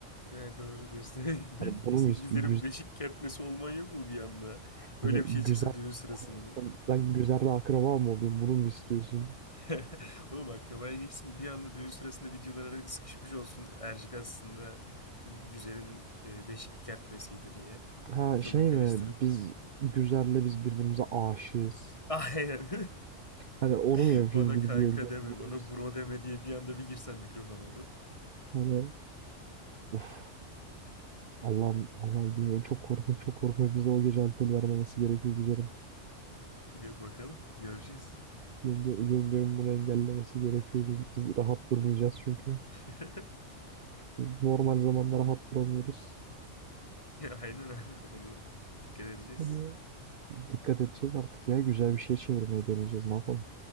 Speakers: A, on the left; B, on the right.
A: Yani doğru diyorsun.
B: Hani bunu
A: <laughs> Sen
B: mu istiyor?
A: Gizer'in beşik kertmesi olman yok mu bir anda?
B: Hani
A: Öyle bir şey
B: güzel
A: çıksa düğün sırasında.
B: hani sen, ben Güzer'le akraba mı olayım bunu mu istiyorsun?
A: <laughs> Oğlum akrabaya geçtim. Bir anda düğün sırasında videolara sıkışmış olsun. Ercik aslında güzelin e, beşik kertmesiydi diye.
B: Ha
A: Ortalığı
B: şey
A: karıştırıp.
B: mi biz Güzer'le biz birbirimize aşığız.
A: Aynen.
B: Hani onu
A: <laughs>
B: mu yapayım
A: Bana
B: gidip
A: kanka
B: yengemi
A: deme,
B: bunu
A: bana
B: mu istiyorsun?
A: bro deme diye bir anda bir girsen mikrofon alıp.
B: Hani of Allah'ım Allah'ım bilmiyorum çok korkunç çok korkunç bize o gece alkol vermemesi gerekiyor Güzer'in.
A: Bakalım göreceğiz.
B: Yenge, yengemin bunu engellemesi gerekiyor. Biz, biz rahat durmayacağız çünkü.
A: <laughs>
B: Biz normal zamanda rahat duramıyoruz.
A: Aynen abi onu dikkat edeceğiz.
B: Hani dikkat edeceğiz artık ya güzel bir şey çevirmeye deneyeceğiz ne yapalım.